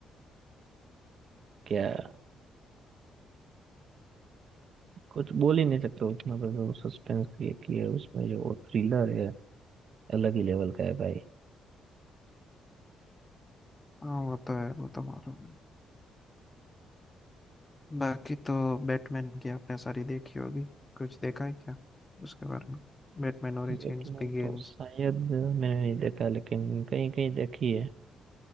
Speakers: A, on the right; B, on the left.
A: क्या कुछ बोल ही नहीं सकते उसमें तो जो सस्पेंस क्रिएट किया है उसमें जो थ्रिलर है अलग ही लेवल का है भाई
B: हाँ वो तो है वो तो मालूम है बाकी तो बैटमैन की आपने सारी देखी होगी कुछ देखा है क्या उसके बारे में Batman Origins
A: बैटमैन
B: Begins
A: तो शायद मैंने नहीं देखा लेकिन कहीं कहीं देखी है